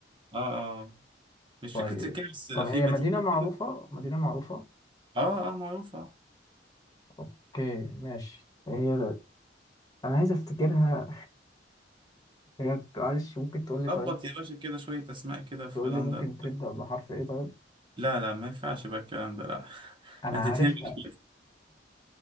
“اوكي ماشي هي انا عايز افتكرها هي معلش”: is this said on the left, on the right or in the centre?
Left